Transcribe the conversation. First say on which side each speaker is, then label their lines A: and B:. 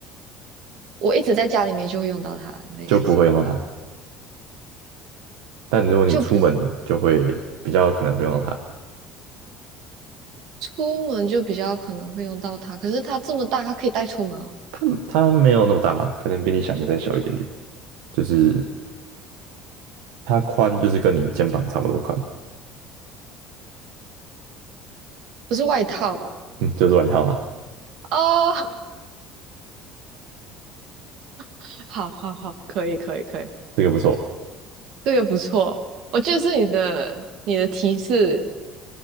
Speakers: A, on the right (about 65°); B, on the right (about 85°).
A: 我一直在家里面就会用到它，类似是
B: 就不会用到它。但如果你出门，
A: 就不
B: 就会比较可能会用到它。
A: 出门就比较可能会用到它。可是它这么大，它可以带出门哦，
B: 它它没有那么大，可能比你想的再小一点点。就是它宽，就是跟你肩膀差不多宽。
A: 不是外套吧？
B: <laughs> 嗯，就是外套啊，
A: 哦，<laughs> 好好好，可以可以可以，
B: 这个不错。
A: 这个不错。我觉得是你的你的提示，